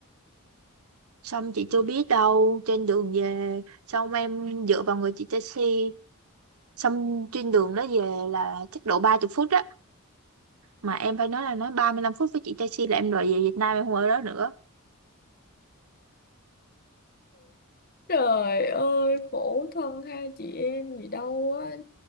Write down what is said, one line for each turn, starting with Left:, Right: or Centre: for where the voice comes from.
Right: xong chị chưa biết đâu trên đường về xong em dựa vào người chị taxi xong trên đường đó về là chắc độ 30 phút á mà em phải nói là nói 35 phút với chị taxi là em đòi về Việt Nam em không ở đó nữa
Left: Trời ơi, khổ thân hai chị em gì đâu á.